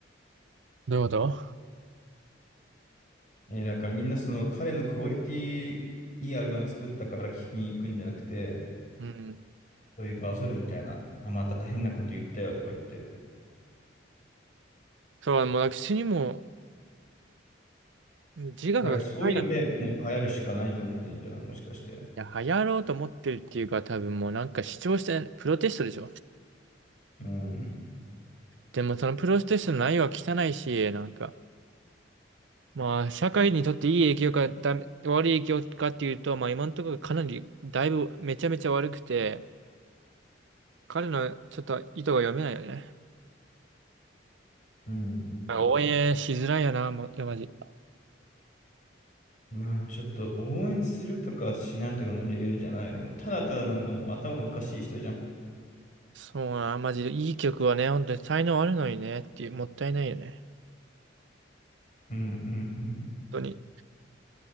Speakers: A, on the right; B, on the left.
A: どういうこと
B: えーだからみんなその彼のクオリティいいアルバム作ったから聴きに行くんじゃなくて、
A: うん。
B: そういうバズるみたいな、あ、また変なこと言ったよとか言って。
A: そう、もう私にもう自我が効かないよね。
B: だからそういうのでもう流行るしかないと思ってんじゃないもしかして。
A: いや流行ろうと思ってるっていうか、多分もうなんか主張して、プロテストでしょ
B: うん。うん。
A: でもそのプロテストの内容は汚いし、なんか、まあ、社会にとっていい影響かダメ、悪い影響かっていうと、まあ今のところかなり、だいぶめちゃめちゃ悪くて、彼のちょっと意図が読めないよね。
B: うんうん
A: 応援しづらいよな、ま、いや、マジ。
B: まあちょっと応援するとかしないとかのレベルじゃないよね。もうただただなんかもう頭おかしい人じゃん。
A: そうな、マジでいい曲はね、本当に才能あるのにね、っていう、もったいないよね。
B: うんうん
A: 本当に。